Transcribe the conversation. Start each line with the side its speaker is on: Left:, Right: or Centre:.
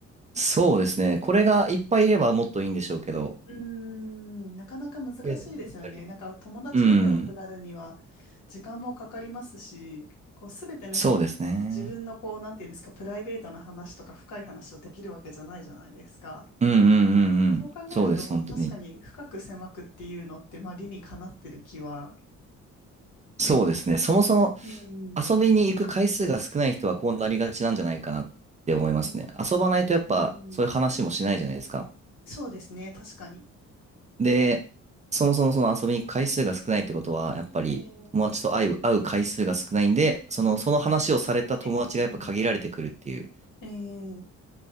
Right: そうですね。これがいっぱいいればもっといいんでしょうけど、
Left: うーん、なかなか難しいですよね。
Right: っていうのやっぱり。
Left: なんか友達仲良くなるには
Right: うん。
Left: 時間もかかりますし、こうすべての人に自分のこう、
Right: そうですね。
Left: なんていうんですか、プライベートな話とか深い話をできるわけじゃないじゃないですか。
Right: うんうんうんうん。
Left: そう考えると、
Right: そうです、
Left: まあ確かに深く狭くっていうのって、
Right: 本当に。
Left: まあ理にかなってる気は。
Right: そうですね。そもそも
Left: えー
Right: 遊びに行く回数が少ない人はこうなりがちなんじゃないかなって思いますね。
Left: えー
Right: 遊ばないとやっぱそういう話もしないじゃないですか。
Left: えーそうですね、確かに。
Right: で、そもそもその遊びに行く回数が少ないってことは、やっぱり友達と会う、
Left: えー
Right: 会う回数が少ないんで、その、
Left: うん
Right: その話をされた友達がやっぱ限られてくるっていう
Left: えーえー